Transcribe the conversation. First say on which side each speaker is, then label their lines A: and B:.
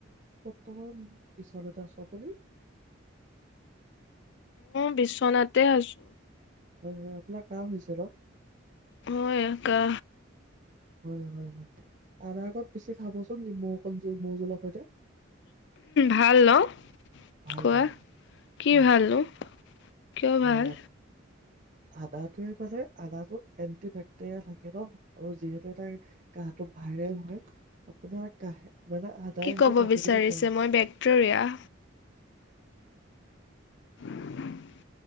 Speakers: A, on the right (about 40°); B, on the left (about 65°).
A: উম <unintelligible> পিছলেত চপনি
B: উ বিশ্বনাথতে আছো
A: হয় হয় আপোনাৰ ক হৈছে ৰ
B: মই মকা
A: হয় হয় হয় আদাৰ আগত পিচি খাবচোন নিমৌ অক জ মৌ জোলৰ সৈতে
B: ভাল ন
A: ভাল
B: খোৱা
A: ভাল
B: কি
A: ভাল
B: ভালনো কিয় ভাল?
A: আহ, আদাটোৱে মানে আদটো এণ্টি বেক্টেৰিয়া থাকে ন আৰু যিহেতু এটা কাহটো ভাইৰেল হয় আপোনাৰ কাহে মানে আদায়ে
B: কি
A: সেইটো
B: ক'ব
A: কাটি
B: বিচাৰিছে
A: দিব পাৰে
B: মই ভেক্টৰিয়া <unintelligible>